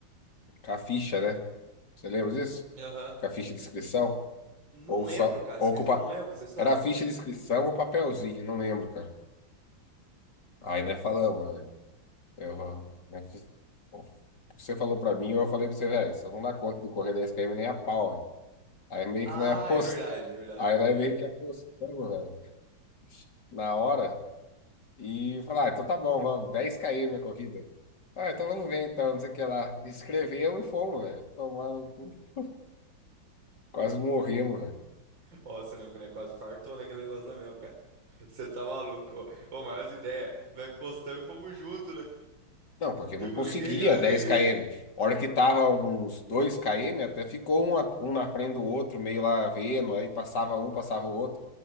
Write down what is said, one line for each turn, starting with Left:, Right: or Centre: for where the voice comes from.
Left: com a ficha, né? Você lembra disso?
Right: Aham.
Left: Com a ficha de inscrição?
Right: Não
Left: Ou
Right: lembro,
Left: só.
Right: cara.
Left: Ou
Right: Você acredita
Left: com o pa-
Right: que eu não lembro dessa história?
Left: Era a ficha de inscrição ou papelzinho, não lembro, cara. Aí nós falamos, velho. Eu, né, fiz- o que Você falou pra mim, eu falei pra você, velho, só não dá conta do correr 10km nem a pau, Aí meio
Right: Ah,
Left: que, né, apost...
Right: é verdade, verdade,
Left: aí
Right: verdade.
Left: nós meio que apostamos, velho, na hora. E falar, ah, então tá bom, vamos, dez km a corrida. Ah, então vamos ver então, não sei o que lá. Escrevemos e fomos, velho. Tomaram, no cu. quase morremos, velho.
Right: Ó, você lembra quando é quase fartou naquele negócio lá mesmo, cara. Você tá maluco, ó. Ô, maiores ideia. Nós postamos e fomos juntos, né?
Left: Não, porque não
Right: Tipo,
Left: conseguia
Right: ninguém ganhou
Left: dez
Right: de ninguém.
Left: km A hora que tava uns dois km até ficou um, a- um na frente do outro, meio lá vendo, aí passava um, passava o outro.